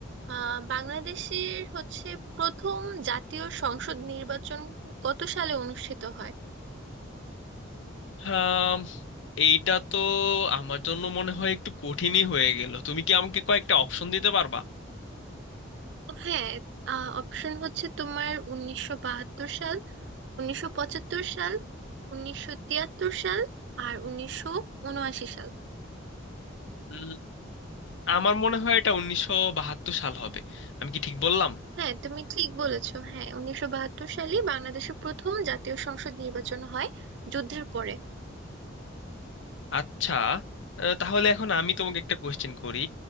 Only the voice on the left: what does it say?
আম, এইটা তো আমার জন্য মনে হয় একটু কঠিনই হয়ে গেল তুমি কি আমাকে কয়েকটা অপশন দিতে পারবা
উম, আমার মনে হয় এটা উনিশশো বাহাত্তর সাল হবে আমি কি ঠিক বললাম
আচ্ছা আহ, তাহলে এখন আমি তোমাকে একটা কোয়েশ্চেন করি